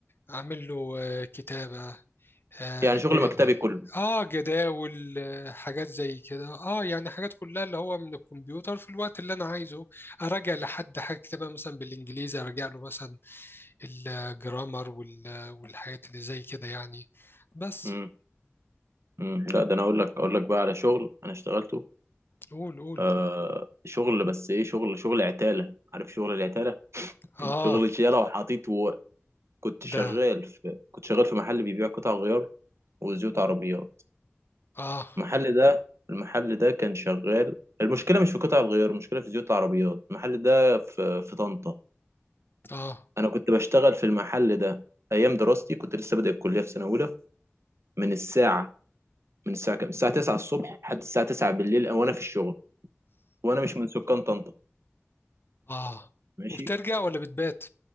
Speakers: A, on the left; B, on the right.
A: أعمل له آه، كتابة آه
B: يعني شغل
A: جد
B: مكتبي كله
A: اه جداول آه، حاجات زي كده اه يعني حاجات كلها اللي هو من الكمبيوتر في الوقت اللي انا عايزه اراجع لحد حاجه كتابها مثلا بالانجليزي اراجع له مثلا الجرامر وال- والحاجات اللي زي كده يعني بس
B: امم امم لا ده انا اقول لك اقول لك بقى على شغل انا اشتغلته
A: قول قول
B: آه شغل بس ايه شغل شغل عتاله عارف شغل العتاله <laughs>
A: اه
B: شغل شيله وحاطيت كنت شغال
A: ده
B: في كنت شغال في محل بيبيع قطع غيار وزيوت عربيات
A: اه
B: المحل ده المحل ده كان شغال المشكلة مش في قطع الغيار المشكلة في زيوت العربيات المحل ده في في طنطا
A: اه
B: أنا كنت بشتغل في المحل ده أيام دراستي كنت لسه بادئ الكلية في سنة أولى من الساعة من الساعة كام؟ الساعة 9 الصبح لحد الساعة 9 بالليل وأنا في الشغل وأنا مش من سكان طنطا
A: اه
B: ماشي
A: وبترجع ولا بتبات